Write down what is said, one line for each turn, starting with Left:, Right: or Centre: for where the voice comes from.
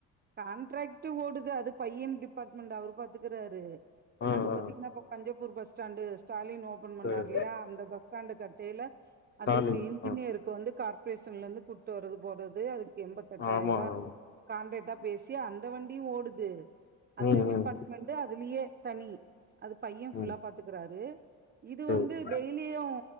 Right: கான்ட்ராக்ட் ஓடுது அது பையன் டிபார்ட்மெண்ட் அவரு பாத்துக்கறாரு
Left: ஆ
Right: அது
Left: ஆ
Right: பாத்தீங்கன்னா இப்ப Panjappur bus stand Stalin open பண்ணார்
Left: சரி
Right: இல்லையா அந்த பஸ்ஸ்டண்ட கட்டி டெய்லர் அதுக்கு
Left: காலிங்
Right: இன்ஜினியருக்கு
Left: ஆ
Right: வந்து கார்ப்பரேஷன்ல இருந்து கூட்டு வர்றது போறது அதுக்கு எண்பத்தி எட்டாயிரம்
Left: ஆமா
Right: ரூபா
Left: ஆமா
Right: கண்ட்ரெக்டா பேசி அந்த வண்டியும் ஓடுது அது
Left: ம்
Right: டிபார்ட்மெண்ட்
Left: ம்
Right: அதுலயே தனி அது பையன் ஃபுல்லா
Left: ம்
Right: பாத்துக்கறாரு இது
Left: சரி
Right: வந்து டெய்லியும்